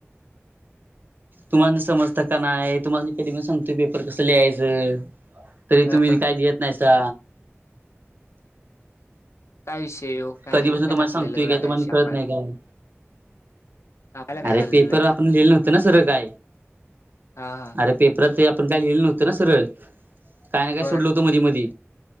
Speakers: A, on the right (about 45°); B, on the left (about 75°).
A: तुम्हाला म समजता का नाही तुम्हाला म कधी मी सांगतोय पेपर कसं लिहायचं. तरी
B: अ
A: तुम्ही काय लिहेत नाहीसा.
B: काय विषय. हो काय
A: कधीपासून
B: काय
A: तुम्हा
B: तापलेला
A: सांतय
B: एवढा
A: काय तुम्हाला
B: विषय तापायला
A: खळत नाही काय.
B: तापायला काय
A: अरे
B: झालं
A: पेपर
B: त्याला एवढं
A: आपण लिहिले नव्हत ना सरळ काय
B: हा हा
A: अरे पेपरात ते आपण काय लिहिले नव्हते ना सगळं. काय ना काय
B: बर
A: सोडल होतं मधी मधी